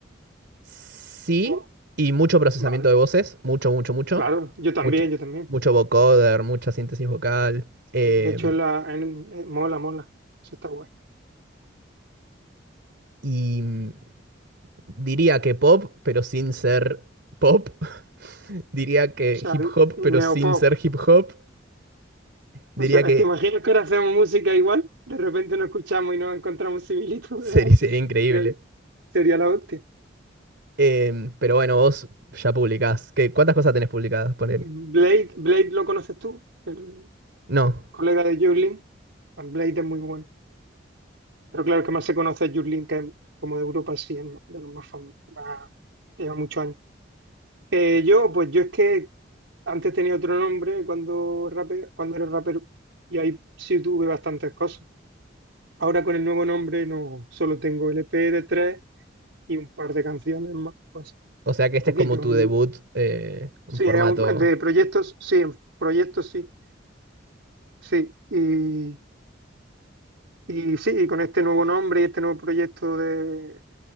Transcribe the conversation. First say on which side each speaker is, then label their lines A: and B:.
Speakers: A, on the right; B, on the right.
A: sí,
B: Wow.
A: y mucho procesamiento
B: Vale,
A: de voces, mucho, mucho, mucho,
B: claro. Yo también,
A: mucho,
B: yo también.
A: mucho vocoder, mucha síntesis vocal, em,
B: De hecho, la, en- eh, mola, mola. Eso está guay.
A: y... Diría que pop, pero sin ser pop. <laughs> Diría que
B: O sea,
A: hip hop,
B: neopop.
A: pero sin ser hip hop. Diría
B: O sea,
A: que
B: ¿te imaginas que ahora hacemos música igual? De repente nos escuchamos y no encontramos similitudes
A: sería,
B: ahí.
A: sería increíble.
B: Creo Sería la hostia.
A: Em, pero bueno, vos ya publicás. ¿Qué, cuántas cosas tenés publicadas? Ponele.
B: Blade, Blade lo conoces tú, el
A: No.
B: colega de Jurlin. Bueno, Blade es muy bueno. Pero claro, el que más se conoce es Jurlin, que es como de Europa, sí, es más- de los más famosos. más- Lleva muchos años. Eh, yo, pues yo es que antes tenía otro nombre cuando, rape- cuando era rapero y ahí sí tuve bastantes cosas. Ahora con el nuevo nombre no, solo tengo LP de tres y un par de canciones más, pues
A: O sea que este
B: poquito.
A: es como tu
B: un-
A: debut eh, en
B: Sí,
A: formato.
B: es un- de proyectos, sí, en proyectos sí, sí. Y, y sí, y con este nuevo nombre y este nuevo proyecto de,